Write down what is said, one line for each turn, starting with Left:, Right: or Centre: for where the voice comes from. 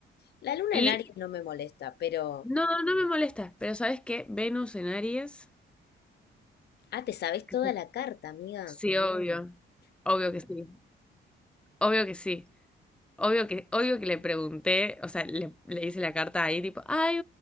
Left: La luna
Centre: Y
Left: en Aries no me molesta, pero...
Centre: no, no me molesta, pero ¿sabes qué? Venus en Aries.
Left: Ah, te sabes toda
Centre: que-
Left: la carta, amiga.
Centre: Sí, obvio. Obvio que sí. Obvio que sí. Obvio que, obvio que le pregunté, o sea, le, le hice la carta ahí, tipo, ay,